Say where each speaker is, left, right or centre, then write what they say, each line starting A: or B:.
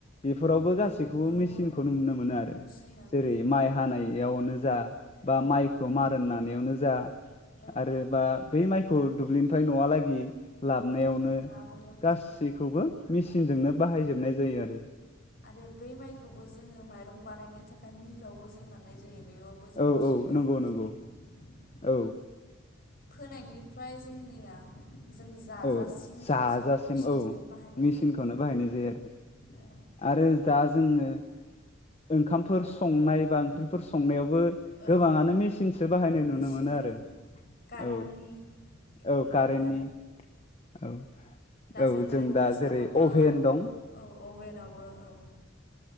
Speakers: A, on the left; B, on the left.
A: बेफोरावबो
B: औ
A: गासैखौबो
B: बेयावबो
A: मेसिनखौ नुनो मोनो आरो
B: मेचिनानो
A: जेरै माइ हानायावनो जा बा मायखौ मारोन
B: ओं उम
A: नानायावनो जा
B: औ
A: आरोबा बे माय खौ दुब्लिनिफ्राय न'वालागि लाबनायावनो
B: औ लाबोनायावबो
A: गासैखौबो मेसिनजोंनो
B: औ
A: बाहायजोबनाय जायो आरो।
B: आरो बै माइखौबो जोङो माइरं बानायनो थाखाय मिलावबो जों लांनाय जायो। बेयावबो जों
A: औ
B: मेचिन
A: औ
B: बाहायनाय
A: नंगौ नंगौ
B: जायो।
A: औ
B: फोनायनिफ्राय जोंनिया जों जाजासिम
A: औ जाजासिम
B: जों सब मेचिनजोंनो
A: औ
B: बाहायनाय
A: मेसिनखौनो
B: जायो
A: बाहायनाय जायो
B: औ
A: आरो आरो दा जोङो, ओंखामफोर संनाय बा ओंख्रिफोर संनायावबो,
B: औ
A: गोबाङानो मेसिनसो बाहायनाय
B: मेचिन
A: नुनो मोनो आरो
B: औ कारेन्टनि
A: औ
B: बेफोरबायदि
A: औ कारेन्टनि
B: आरो
A: औ
B: दा
A: औ
B: जोंना
A: जों दा
B: गेसबोथ'
A: जेरै अभेन
B: औ
A: दं
B: अभेनावबो औ।